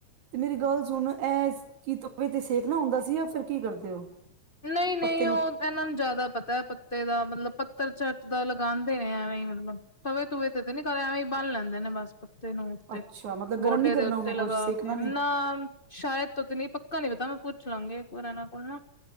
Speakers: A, on the right (about 75°); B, on the left (about 25°).
A: ਤੇ ਮੇਰੀ ਗੱਲ ਸੁਣੋ। ਇਹ ਕਿ ਤੋ ਤੇ ਸੇਕ ਨਾ ਹੁੰਦਾ ਸੀ। ਜਾਂ ਫਿਰ ਕੀ ਕਰਦੇ ਹੋ?
B: ਨਹੀਂ- ਨਹੀਂ।
A: ਪੱਤੇ ਨੂੰ
B: ਉਹ ਇਹਨਾਂ ਨੂੰ ਜ਼ਿਆਦਾ ਪਤਾ ਹੈ, ਪੱਤੇ ਦਾ। ਮਤਲਬ ਪੱਤਰ ਚ ਤਾਂ ਲਗਾਉਂਦੇ ਨੇ ਐਵੇਂ ਹੀ, ਮਤਲਬ ਤਵੇ ਤੂਵੇ ਤੇ ਨੀ ਕਰ। ਐਵੇਂ ਹੀ ਬੰਨ ਲੈਂਦੇ ਨੇ ਬਸ। ਪੱਤੇ ਨੂੰ ਉਤੇ,
A: ਅੱਛਾ ਮਤਲਬ
B: ਗੋਡੇ
A: ਗਰਮ ਨੀ ਕਰਨਾ
B: ਦੇ ਉੱਤੇ
A: ਉਹਨੂੰ
B: ਲਗਾ
A: ਕੁਛ ਸੇਕਣਾ
B: ਕੇ,
A: ਨੀ
B: ਨਾ ਸ਼ਾਇਦ ਤ ਤੇ ਨਹੀਂ। ਪੱਕਾ ਨੀ ਪਤਾ। ਮੈਂ ਪੁੱਛ ਲਾਂਗਈ ਇਨ੍ਹਾਂ ਦੇ ਕੋਲ ਨਾ।